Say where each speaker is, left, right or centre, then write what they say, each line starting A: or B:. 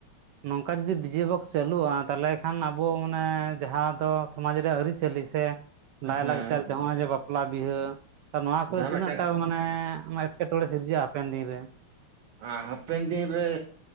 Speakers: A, on the right (about 85°); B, on the right (about 65°).
A: ᱱᱚᱝᱠᱟ ᱡᱩᱫᱤ ᱰᱤᱡᱮ ᱵᱚᱠᱥ ᱪᱟᱹᱞᱩᱜᱼᱟ ᱛᱟᱦᱚᱞᱮ ᱠᱷᱟᱱ ᱟᱵᱚ ᱢᱟᱱᱮ ᱡᱟᱦᱟᱸ ᱫᱚ ᱥᱚᱢᱟᱡᱽ ᱨᱮᱭᱟᱜ ᱟᱹᱨᱤ, <unintelligible> ᱥᱮ ᱞᱟᱭᱼᱞᱟᱠᱪᱟᱨ
B: ᱦᱮᱸ
A: ᱱᱚᱜᱼᱚᱭ ᱡᱮ ᱵᱟᱯᱞᱟ ᱵᱤᱦᱟᱹ ᱱᱚᱣᱟ ᱠᱚᱨᱮ
B: ᱡᱟᱦᱟᱸ
A: ᱛᱤᱱᱟᱹᱜ
B: ᱢᱤᱫᱴᱟᱝ
A: ᱴᱟ ᱢᱮ ᱮᱸᱴᱠᱮᱴᱚᱬᱮ ᱥᱤᱨᱡᱟᱹᱜᱼᱟ ᱦᱟᱯᱮᱱ ᱫᱤᱱ ᱨᱮ
B: ᱟ ᱦᱟᱯᱮᱱ ᱫᱤᱱ ᱨᱮ